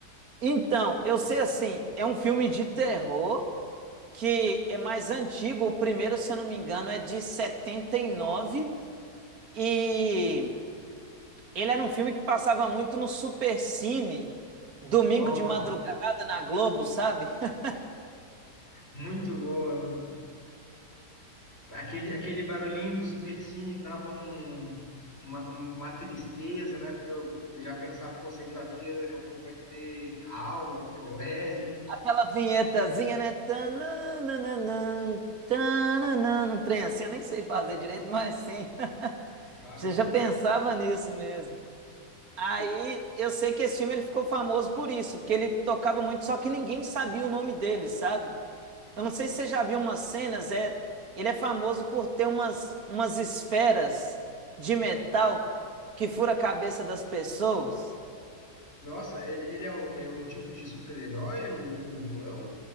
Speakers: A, on the right; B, on the left.
A: Então, eu sei assim, é um filme de terror que é mais antigo. O primeiro, se eu não me engano, é de 79 e Ele era um filme que passava muito no Supercine, domingo
B: Nossa,
A: de madrugada na Globo, sabe? <laughs>
B: muito bom. Aquele, aquele barulhinho do Supercine dava um- uma, uma tristeza, né? Porque eu já pensava, pô, segunda-feira daqui a pouco vai ter aula, colégio.
A: Aquela vinhetazinha, né? Tananana, tananana, um trem assim, eu nem sei fazer direito, mas sim. <laughs>
B: Lá.
A: Já, já pensava nisso mesmo. Aí eu sei que esse filme ele ficou famoso por isso, porque ele tocava muito, só que ninguém sabia o nome dele, sabe? Eu não sei se você já viu umas cenas, é, ele é famoso por ter umas, umas esferas de metal que fura a cabeça das pessoas.
B: Nossa, e- ele é um, é um tipo de super-herói ou, ou vilão?